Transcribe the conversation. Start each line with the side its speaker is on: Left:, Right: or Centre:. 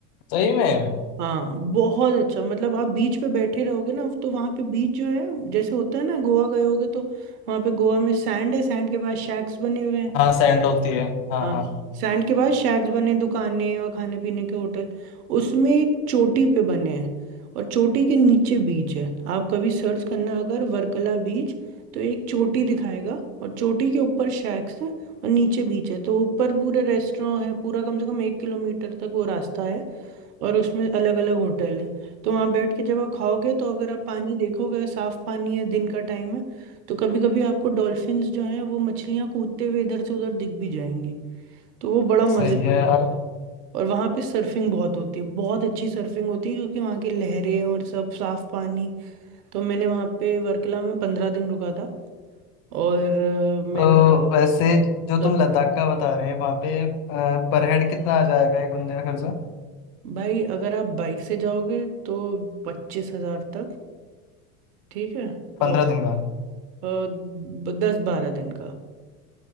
Left: सही में
Right: हाँ बहुत अच्छा मतलब आप बीच पे बैठे रहोगे ना तो वहाँ पे बीच जो है जैसे होता है ना गोवा गए होगे तो वहाँ पे गोवा में सैंड है सैंड के पास शैक्स बने हुए हैं
Left: हाँ सैंड होती है हाँ
Right: हाँ
Left: हाँ
Right: सैंड के बाद शैक्स बने दुकानें और खाने पीने के होटल उसमें एक चोटी पे बने हैं और चोटी के नीचे बीच है आप कभी सर्च करना अगर वर्कला बीच तो एक चोटी दिखाएगा और चोटी के ऊपर शैक्स है और नीचे बीच है तो ऊपर पूरे रेस्टोरेंट है पूरा कम से कम एक किलोमीटर तक वो रास्ता है और उसमें अलग अलग होटल है तो वहाँ बैठ के जब आप खाओगे तो अगर आप पानी देखोगे साफ पानी है दिन का टाइम है तो कभी कभी आपको डॉल्फिन्स जो हैं वो मछलियाँ कूदते हुए इधर से उधर दिख भी जाएंगी तो वो बड़ा मज़ेदार
Left: सही है यार
Right: है। और वहाँ पे सर्फिंग बहुत होती है बहुत अच्छी सर्फिंग होती है क्योंकि वहाँ की लहरें और सब साफ पानी तो मैंने वहाँ पे वर्कला में पंद्रह दिन रुका था और अ, मैंने
Left: तो वैसे जो
Right: सर्फ-
Left: तुम लद्दाख का बता रहे हैं वहाँ पे पर हेड कितना आ जाएगा एक बंदे का खर्चा
Right: भाई अगर आप बाइक से जाओगे तो पच्चीस हजार तक ठीक है
Left: पंद्रह
Right: और
Left: दिन का
Right: अ, दस बारह दिन का